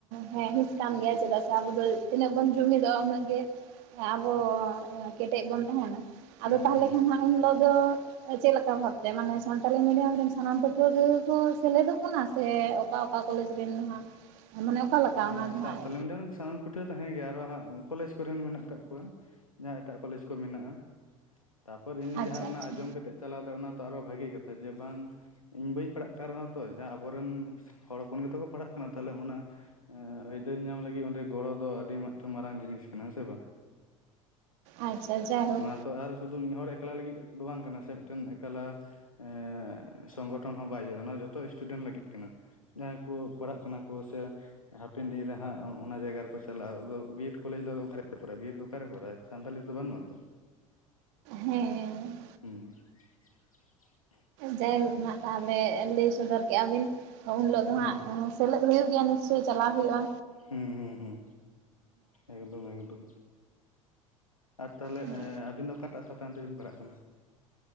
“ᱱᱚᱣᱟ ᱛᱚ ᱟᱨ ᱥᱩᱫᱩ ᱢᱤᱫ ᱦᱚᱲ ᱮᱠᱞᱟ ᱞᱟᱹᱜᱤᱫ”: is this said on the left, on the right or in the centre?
Left